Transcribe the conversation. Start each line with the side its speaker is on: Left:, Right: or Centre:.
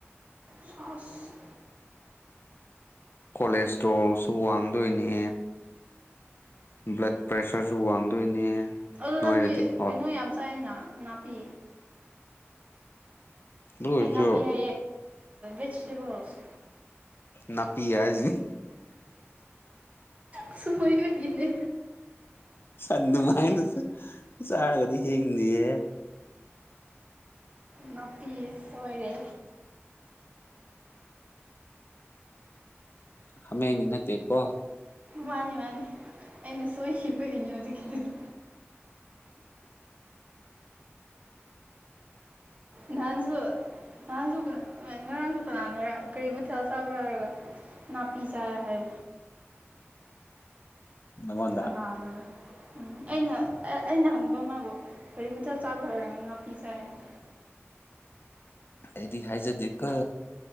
Right: ꯆꯁ
Left: ꯀꯣꯂꯦꯁꯇ꯭ꯔꯣꯜꯁꯨ ꯋꯥꯡꯗꯣꯏꯅꯦ ꯕ꯭ꯂꯠ ꯄ꯭ꯔꯦꯁꯔꯁꯨ ꯋꯥꯡꯗꯣꯏꯅꯦ
Right: ꯈꯨꯜ
Left: ꯅꯣꯏꯔꯗꯤꯀꯣ
Right: ꯂꯪꯁ ꯀꯩꯅꯣ ꯌꯥꯝ ꯆꯥꯏꯅ ꯅꯥꯄꯤ
Left: ꯑꯗꯨ ꯑꯣꯏꯔꯁꯨ
Right: ꯑꯦꯟꯅ ꯄꯤꯌꯥ ꯦꯖꯤꯇꯦꯕꯜꯁ
Left: ꯅꯅꯥꯄꯤꯤꯖꯤ
Right: ꯁꯣꯏ ꯄꯅꯤꯅꯦ
Left: ꯑꯗꯨꯃꯥꯏꯅ ꯆꯥꯔꯒꯗꯤ ꯍꯤꯡꯅꯤꯌꯦ
Right: ꯅꯥꯄꯤ ꯁꯣꯏꯔꯦ
Left: ꯍꯥꯃꯦꯡꯗꯤ ꯅꯠꯇꯦꯀꯣ
Right: ꯃꯥꯅꯦ ꯃꯥꯅꯤ ꯑꯩꯅ ꯁꯣꯏꯈꯤꯕꯒꯤꯅꯦ ꯍꯧꯖꯤꯛꯀꯤ ꯑꯗꯨꯗꯤ ꯅꯍꯥꯟꯁꯨ ꯅꯍꯥꯟꯁꯨ ꯀ ꯉꯔꯥꯡꯁꯨ ꯀꯅꯥꯅꯔ ꯀꯔꯤ ꯃꯊꯦꯜ ꯆꯥꯕ꯭ꯔꯥ ꯍꯥꯏꯔꯒ ꯅꯅꯥ ꯄꯤꯖꯥ ꯍꯥꯏ
Left: ꯅꯪꯉꯣꯟꯗ
Right: ꯀꯅꯥꯅ ꯎꯝ ꯑꯩꯅ ꯑꯩꯅ ꯍꯪꯕ ꯃꯥꯕꯨ ꯒꯥꯔꯤ ꯃꯊꯆꯥ ꯆꯥꯕ꯭ꯔ ꯍꯥꯏꯔꯒ ꯅꯥꯄꯤ ꯆꯥꯏꯅ
Left: ꯑꯦꯗꯤ ꯍꯥꯏꯖꯗꯤ ꯀ